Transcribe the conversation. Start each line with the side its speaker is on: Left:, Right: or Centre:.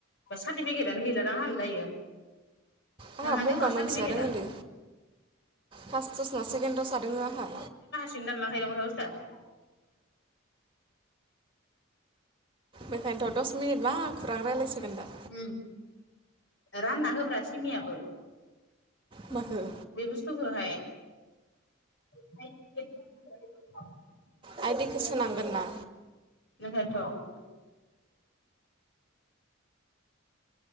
Left: सार्टिफिकेटआनो गैलादां आंहालाय दायो।
Right: आंहा
Left: नोंहा
Right: मबेबा
Left: दोङो सार्टिफिकेटआ
Right: मोनसेआ दङलै फार्स्टस ना सेकेणडआ दोंड़ो आंहा।
Left: दिहुननान लागायो दां माथो बे बुसथुआ।
Right: बेखायनोथ' दस मिनिट मा खुरां रायलाय सोगोन दा?
Left: उम रानना होब्रा सिनियाबो।
Right: माखो?
Left: बे बुस्थुखौहाय <unintelligible>
Right: आइ दिखौ सोनांगोन ना?
Left: बेखायनोथ'।